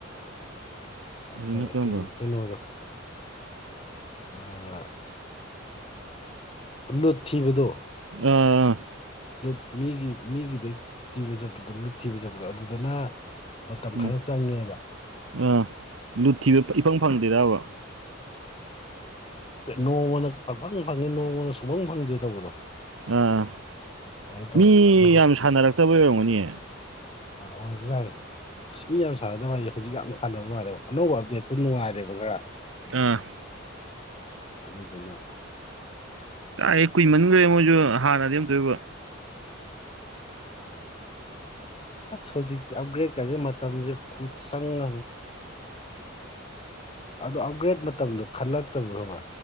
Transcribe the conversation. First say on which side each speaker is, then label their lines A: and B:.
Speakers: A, on the right; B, on the left.
A: ꯍꯧꯖꯤꯛꯅ
B: ꯀ
A: ꯀꯔꯝꯕ
B: ꯀꯩꯅꯣꯗꯣ ꯑ ꯂꯨꯠꯕꯗꯣ
A: ꯑ
B: ꯂꯨꯠ ꯃꯤꯒꯤ ꯃꯤꯒꯤꯗꯩ ꯆꯤꯕ ꯆꯠꯄꯗꯣ ꯂꯨꯠ ꯊꯤꯕ ꯆꯠꯄꯗꯣ ꯑꯗꯨꯗꯅ ꯃꯇꯝ
A: ꯎꯝ
B: ꯈꯔ ꯆꯪꯉꯦꯕ
A: ꯑꯥ ꯂꯨꯠꯊꯤꯕ ꯏꯐꯪ ꯐꯪꯗꯦꯔꯕ
B: ꯅꯣꯡꯃꯅ ꯄꯪꯐꯪ ꯐꯪꯉꯦ ꯅꯣꯡꯃꯗ ꯁꯨꯕꯪ ꯐꯪꯗꯦ ꯇꯧꯕꯗꯣ
A: ꯑꯥ
B: ꯑꯗꯨ ꯇꯧꯋꯦꯕ
A: ꯃꯤ
B: ꯑꯗꯨ
A: ꯌꯥꯝ ꯁꯥꯟꯅꯔꯛꯇꯕꯩ ꯑꯣꯏꯔꯝꯒꯅꯤ
B: ꯑꯥ ꯑꯣꯏꯕꯖꯥꯔꯦ ꯑꯁꯅꯤ ꯌꯥꯝ ꯁꯥꯟꯅꯗꯕ ꯃꯥꯁꯦ ꯍꯧꯖꯤꯛ ꯌꯥꯝ ꯁꯥꯟꯅꯕ ꯃꯥꯜꯂꯦꯕ ꯑꯅꯧꯕ ꯑꯞꯗꯦꯠꯇꯣ ꯅꯨꯡꯉꯥꯏꯔꯦꯕ ꯈꯔ
A: ꯑꯥ
B: ꯑꯗ ꯑꯗꯨꯅ
A: ꯇꯥꯏ ꯀꯨꯏ ꯃꯈ꯭ꯔꯦ ꯃꯣꯏꯁꯨ ꯍꯥꯟꯅꯗꯤ ꯑꯃꯝ ꯇꯣꯏꯕ
B: ꯑꯁ ꯍꯧꯖꯤꯛꯇꯤ ꯑꯞꯒ꯭ꯔꯦꯗ ꯀꯗ ꯃꯇꯝꯁꯦ ꯈꯨꯠ ꯆꯪ ꯑꯃꯥ ꯑꯗꯣ ꯑꯞꯒ꯭ꯔꯦꯗ ꯃꯇꯝꯗꯣ ꯈꯜꯂꯛꯇꯕꯗꯣ ꯀꯔ